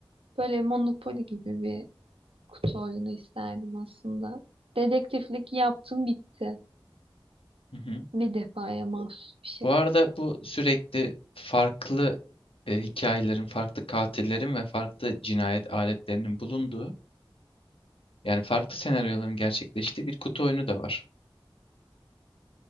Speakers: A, on the right (about 90°); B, on the left (about 85°).
A: böyle Monopoly gibi bir kutu oyunu isterdim aslında. Dedektiflik yaptım bitti.
B: <laughs>
A: Bir defaya mahsus bir şey.
B: Bu arada bu sürekli farklı e, hikayelerin, farklı katillerin ve farklı cinayet aletlerinin bulunduğu, yani farklı senaryoların gerçekleştiği bir kutu oyunu da var.